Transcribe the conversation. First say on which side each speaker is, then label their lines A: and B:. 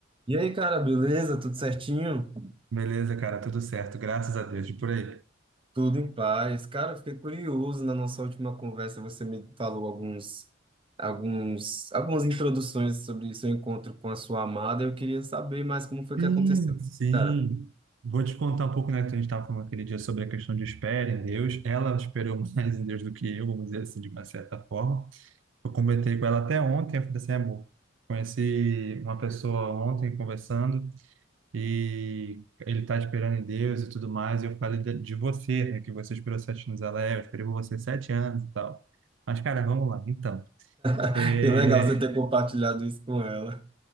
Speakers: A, on the right; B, on the right.
A: E aí, cara, beleza? Tudo certinho?
B: Beleza, cara, tudo certo, graças a Deus. E por aí?
A: Tudo em paz. Cara, eu fiquei curioso na nossa última conversa, você me falou alguns, alguns, algumas introduções sobre seu encontro com a sua amada. Eu queria saber mais como foi que
B: Sim,
A: aconteceu,
B: sim.
A: cara.
B: Vou te contar um pouco, né, que a gente estava falando aquele dia sobre a questão de espera em Deus. Ela esperou <laughs> mais em Deus do que eu, vamos dizer assim, de uma certa forma. Eu comentei com ela até ontem, eu falei assim, amor, conheci uma pessoa ontem conversando e ele está esperando em Deus e tudo mais. E eu falei de, de você, né, que você esperou sete anos, ela é, eu esperei por você sete anos e tal. Mas, cara, vamos lá, então.
A: <laughs>
B: É,
A: Que legal você ter compartilhado isso com ela.